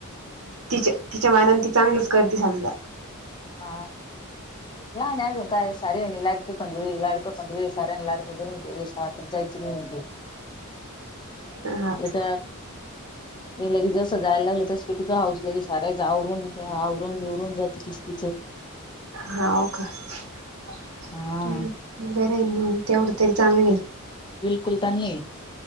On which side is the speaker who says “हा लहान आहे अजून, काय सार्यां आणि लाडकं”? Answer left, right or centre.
Left